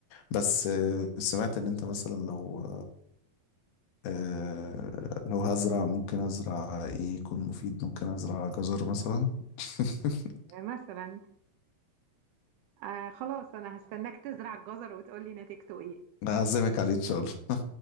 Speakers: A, on the left (about 85°); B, on the right (about 75°).
A: بس آه سمعت إن أنت مثلا لو آه لو هزرع ممكن أزرع إيه يكون مفيد ممكن أزرع جزر مثلا <laughs>
B: آه، مثلا آه خلاص أنا هستناك تزرع الجزر وتقولي نتيجته إيه
A: أعزمك عليه إن شاء الله